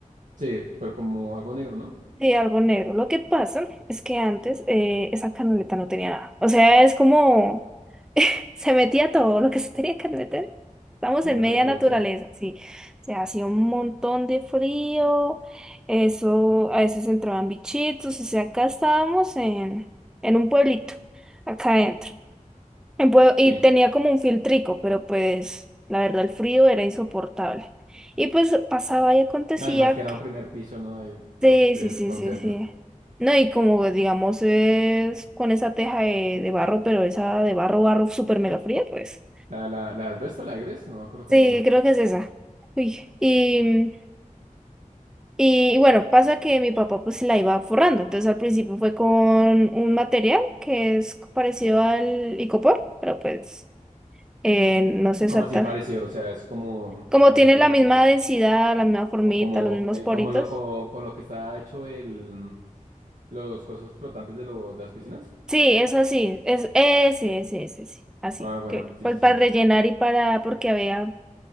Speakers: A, on the right; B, in the centre.
A: Sí, pero como algo negro, ¿no?
B: Sí, algo negro. Lo que pasa es que antes eh, esa canaleta no tenía nada. O sea, es como se metía todo lo que se tenía que meter. Estamos
A: Se
B: en
A: le metía
B: media
A: todo,
B: naturaleza,
A: sí.
B: sí. O sea, hacía un montón de frío. Eso, a veces entraban bichitos. O sea, acá estábamos en, en un pueblito, acá adentro. En pue-
A: Sí.
B: y tenía como un filtrico, pero pues la verdad el frío era insoportable. Y pues pasaba y acontecía
A: No, y más que era un primer piso, ¿no? Ahí todo
B: Sí,
A: el frío
B: sí, sí,
A: se concentra.
B: sí, sí. No, y como digamos es con esa teja de, de barro, pero esa de barro, barro súper mega fría, pues.
A: ¿La, la, la asbesto, la egres? No me acuerdo cómo
B: Sí,
A: llamar.
B: creo que es esa. Uy, y, y bueno, pasa que mi papá pues la iba forrando. Entonces al principio fue con un material que es parecido al icopor, pero pues eh, no
A: llama.
B: sé exacta.
A: Como así parecido, o sea, es como,
B: Como
A: a
B: tiene
A: ver si lo
B: la
A: recuerdo.
B: misma densidad, la misma formita,
A: O como,
B: los mismos
A: eh,
B: poritos,
A: como lo, co- con lo que está hecho el, los cosas flotantes de, lo, de las piscinas.
B: Sí, eso sí, es ese, ese, ese, ese, así,
A: Ah, bueno,
B: que
A: sí,
B: pues
A: sí,
B: para
A: sí.
B: rellenar y para, porque había,